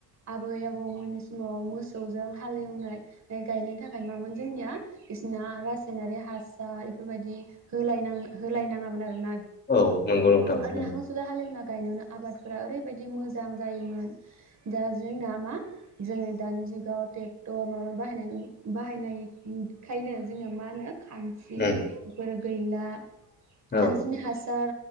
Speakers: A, on the right; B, on the left.
A: आबै आबौमोननि समाव मोसौजों हालेवनाय गायनायनि थाखाय मामोन जोंनिया बिसना रासायनारि हासार बेफोर बायदि होलाय होलायनो नाङामोन आरोना।
B: औ नंगौ नोंथां।
A: <unintelligible> जोंना
B: उम
A: गायनायावनो आबादफोरा ओरैबायदि मोजां जायोमोन दा जोंना मा जोंनि दानि जुगाव ट्रेक्टर माबा बाहायनाय बाहायनायखायनो जोंङो मा होनो खानस्रि
B: उम
A: बेफोर गैला।
B: औ
A: खानस्रिनि हासार